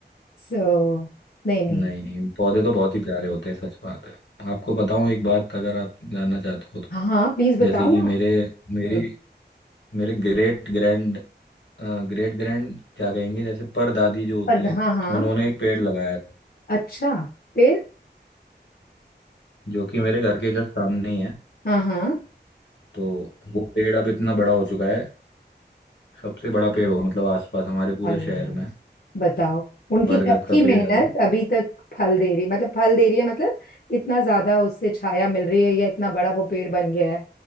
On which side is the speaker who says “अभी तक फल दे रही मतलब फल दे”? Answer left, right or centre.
Left